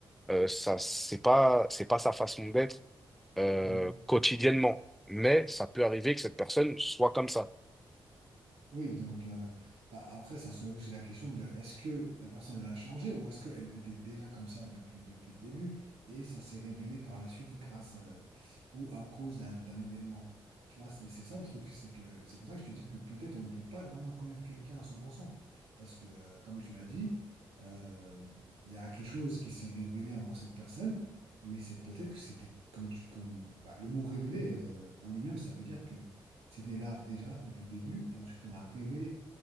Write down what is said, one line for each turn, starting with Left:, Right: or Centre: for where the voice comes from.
Centre: euh, ça, c'est pas, c'est pas sa façon d'être euh,
Right: Mhm.
Centre: quotidiennement. Mais ça peut arriver que cette personne soit comme ça.
Right: Oui, donc euh, bah, après, ça soulève aussi la question de est-ce que la personne elle a changé ou est-ce qu'elle était déjà comme ça depuis, depuis le début et ça s'est révélé par la suite grâce euh, ou à cause d'un d'un événement. Tu vois, c'est c'est ça le truc, c'est que c'est pour ça que je te dis que peut-être on ne peut pas vraiment connaître quelqu'un à cent pour cent Parce que, euh, comme tu l'as dit, euh, il y a quelque chose qui s'est révélé envers cette personne, mais c'est peut-être que c'était comme, tu- comme bah, le mot révélé euh, en lui-même, ça veut dire que c'était là déjà depuis le début et ensuite on l'a révélé.